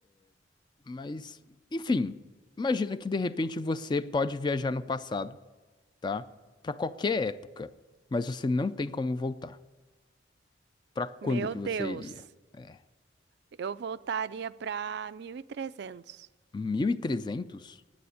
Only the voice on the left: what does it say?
Mas, enfim, imagina que de repente você pode viajar no passado, tá? Pra qualquer época, mas você não tem como voltar. Pra quando
que
você iria? É,
1300?